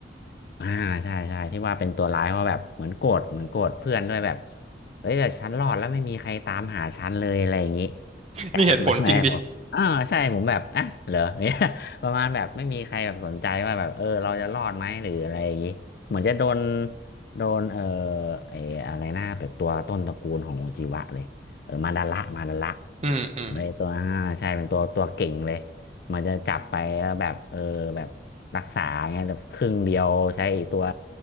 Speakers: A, on the left; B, on the right.
A: อ่าใช่ใช่ที่ว่าเป็นตัวร้ายเพราะแบบเหมือนโกรธเหมือนโกรธเพื่อนด้วยแบบเฮ้ยแต่ฉันรอดแล้วไม่มีใครตามหาฉันเลยอะไรอย่างนี้กลายมาแม่บอกอ่าใช่ผมแบบอ่ะเหรอ
B: นี่เหตุผลจริงดิ
A: <laughs> เนี่ย <laughs> ประมาณแบบไม่มีใครแบบสนใจว่าแบบเออเราจะรอดไหมหรืออะไรอย่างนี้เหมือนจะโดนโดนเออไอ้อะไรนะแบบตัวต้นตระกูลของโอจิวะเลยเออมาดาระมาดาระ
B: อืมอืม
A: เออไอตัวอ่าใช่เป็นตัวตัวเก่งเลย มันจะจับไปแล้วแบบเออแบบรักษาเงี้ยแบบครึ่งเดียวใช้ไอ้ตัว